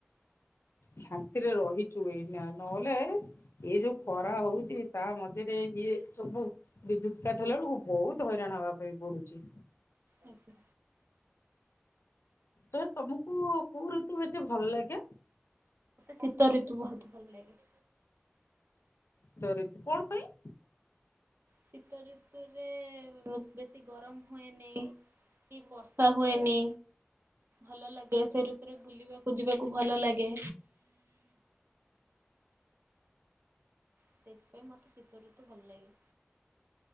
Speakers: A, on the left (about 75°); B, on the right (about 60°).
A: ଶାନ୍ତିରେ ରହିଛୁ ଏଇନା ନହେଲେ ଏଇ ଯୋଉ ଖରା ହଉଛି ତା ମଝିରେ। ଇଏ ସବୁ ବିଦ୍ୟୁତ କାଟ୍ ହେଲା ହେଲାଳୁକୁ ବହୁତ ହଇରାଣ ହବା ପାଇଁ ପଡୁ଼ଚି।
B: ଆଜ୍ଞା।
A: ତ ତମକୁ କୋଉ ଋତୁ ବେଶୀ ଭଲ ଲାଗେ?
B: ଶୀତ ଋତୁ ବହୁତ ଭଲ ଲାଗେ।
A: ଶୀତ ଋତୁ କଣ ପାଇଁ?
B: ଶୀତ ଋତୁରେ ବୋ ବେଶୀ ଗରମ ହୁଏନି କି ବର୍ଷା ହୁଏନି। ଭଲ ଲାଗେ ସେ ଋତୁରେ ବୁଲିବାକୁ ଯିବାକୁ ଭଲ ଲାଗେ। ସେଥିପାଇଁ ମୋତେ ଶୀତଋତୁ ଭଲ ଲାଗେ।